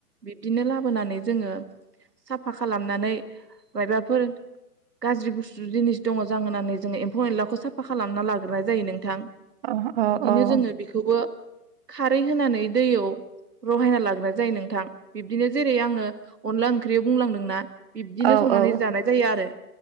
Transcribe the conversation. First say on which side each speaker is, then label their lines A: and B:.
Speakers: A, on the right; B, on the right.
A: बिदिनो लाबोनानै जोङो साफा खालामनानै मायबाफोर गाज्रि बुस्थु जिनिस दङ जाहोन होननानै जोङो एम्फौ एनलाखौ साफा खालामना लाग्रोनाय जायो नोंथां
B: अ अ औ
A: बिदिनो जोङो बेखौबो खारै होनानै दैयाव रहायना लाग्रोनाय जायो नोंथां बिब्दिनो जेरै आङो अनला ओख्रियाव बुंलांदोंना बिब्दिनो
B: औ
A: संनानै
B: औ
A: जानाय जायो आरो